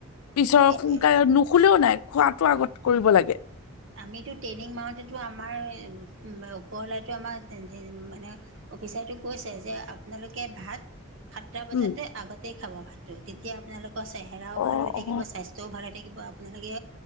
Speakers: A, on the left; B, on the right.
A: পিছৰ
B: সেইটোৱে
A: সোনকালে নুশুলেও নাই <unintelligible> খোৱাতো আগত কৰিব লাগে।
B: আমিতো ট্ৰেইনিং মাৰোতেতো আমাৰ ওপৰলেতো আমাৰ <unintelligible> মানে অফিচাৰটো কৈছে যে আপোনালোকে ভাত সাতটা বজাতে
A: উম,
B: আগতেই খাব ভাতো, তেতিয়া আপোনালোকৰ চেহেৰাও
A: অ',
B: ভাল হৈ
A: অ',
B: থাকিব, স্বাস্থ্য স্বাস্থ্য‌ও ভাল হৈ থাকিব, আপোনালোকে